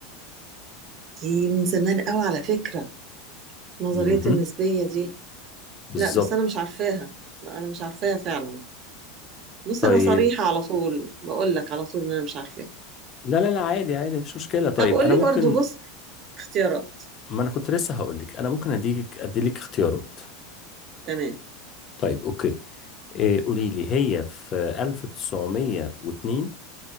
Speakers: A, on the right; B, on the left.
A: دي من زمان قوي على فكرة نظرية
B: مهم.
A: النسبية دي
B: بالظبط
A: لا بس انا مش عارفاها لا انا مش عارفاها فعلا بص
B: طيب
A: انا صريحة على طول بقول لك على طول ان انا مش عارفاها
B: لا لا لا عادي عادي مفيش مشكله طيب
A: طب قول
B: انا
A: لي
B: ممكن
A: برضو بص اختيارات
B: ما انا كنت لسه هقول لك انا ممكن اديك اديلك اختيارات
A: تمام
B: طيب اوكي إيه، قولي لي هي في 1902